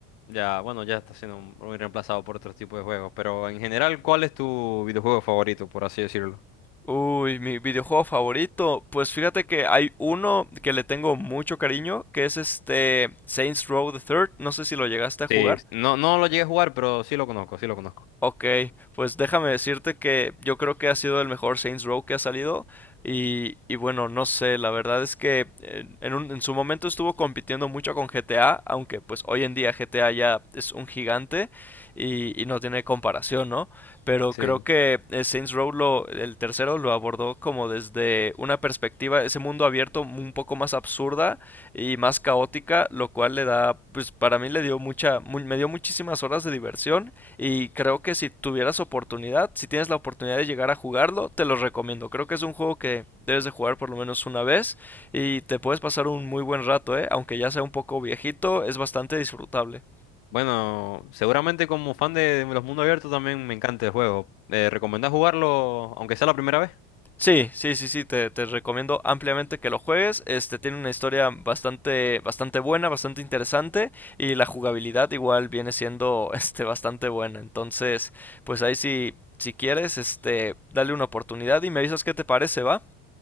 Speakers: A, on the left; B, in the centre.
A: ya, bueno, ya está siendo muy reemplazado por otros tipos de juegos. Pero en general, ¿cuál es tu videojuego favorito, por así decirlo?
B: Uy, mi videojuego favorito. Pues fíjate que hay uno que le tengo mucho cariño, que es este Saints Row the Third. No sé si lo llegaste a jugar.
A: Sí, no, no lo llegué a jugar, pero sí lo conozco, sí lo conozco.
B: Ok, pues déjame decirte que yo creo que ha sido el mejor Saints Row que ha salido y, y bueno, no sé, la verdad es que eh, en, un- en su momento estuvo compitiendo mucho con GTA, aunque pues hoy en día GTA ya es un gigante y, y no tiene comparación, ¿no? Pero
A: Sí.
B: creo que eh, Saints Row lo, el tercero lo abordó como desde una perspectiva, ese mundo abierto un poco más absurda y más caótica, lo cual le da, pues para mí le dio mucha, mu- me dio muchísimas horas de diversión. Y creo que si tuvieras oportunidad, si tienes la oportunidad de llegar a jugarlo, te lo recomiendo. Creo que es un juego que debes de jugar por lo menos una vez y te puedes pasar un muy buen rato, ¿eh? Aunque ya sea un poco viejito, es bastante disfrutable.
A: Bueno, seguramente como fan de los mundos abiertos también me encanta el juego. Eh, ¿recomendás jugarlo aunque sea la primera vez?
B: Sí, sí, sí, sí, te, te recomiendo ampliamente que lo juegues. Este tiene una historia bastante, bastante buena, bastante interesante y la jugabilidad igual viene siendo <laughs> este, bastante buena. Entonces, pues ahí sí, si quieres, este, dale una oportunidad y me avisas qué te parece, ¿va?